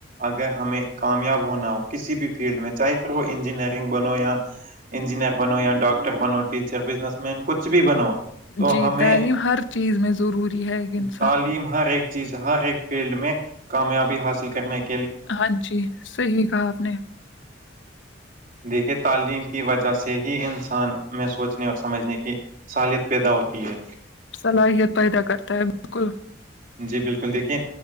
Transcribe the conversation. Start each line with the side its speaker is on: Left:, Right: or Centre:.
Right: اگر ہمیں کامیاب ہونا ہو کسی بھی فیلڈ میں چاہے پھر وہ انجینئرنگ بنو یا انجینئر بنو یا ڈاکٹر بنو ٹیچر بزنس مین کچھ بھی بنو تو
Left: جی
Right: ہمیں
Left: تعلیم ہر چیز میں ضروری ہے گ
Right: تعلیم ہر ایک چیز ہر ایک فیلڈ میں کامیابی حاصل کرنے کی
Left: ہاں جی صحیح کہااب نے
Right: دیکھیے تعلیم کی وجہ سے ہی انسان میں سوچنے اور سمجھنے کی سالت پیدا ہوتی ہے
Left: صلاحیت پیدا کرتا ہے بالکل
Right: جی بالکل دیکھیے